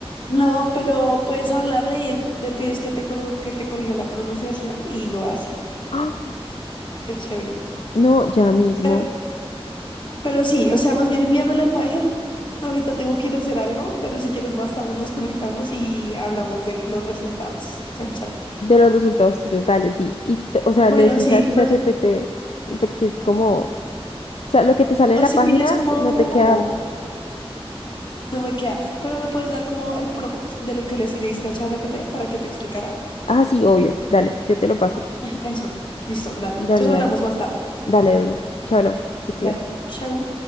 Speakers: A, on the left; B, on the left.
A: No, pero puedes hablarle y él- le pides que te, corru- que te corrija la pronunciación y lo hace.
B: ¡Ah!
A: Es chévere.
B: No, ya mismo.
A: pero Pero sí, o sea, más bien envíame la imagen. Ahorita tengo que ir a hacer algo, pero si quieres más tarde nos conectamos y hablamos de los resultados. Chan, chan.
B: De los resultados tuyos, dale, sí. Y, t- o sea,
A: Bueno,
B: le decís
A: sí,
B: a ChatGPT,
A: me-
B: porque es como... O sea, lo que te sale en
A: o
B: la
A: si
B: página
A: tienes como...
B: no te queda.
A: No me queda, pero me puedes dar como el prompt de lo que le escribiste a ChatGPT para que te explicara.
B: Ah, sí, obvio. Dale, yo te lo paso.
A: Eso, listo, dale.
B: Dale,
A: Entonces
B: dale.
A: hablamos más tarde.
B: Dale, duro. Chao, Lau, te cuidas.
A: Dale, chao.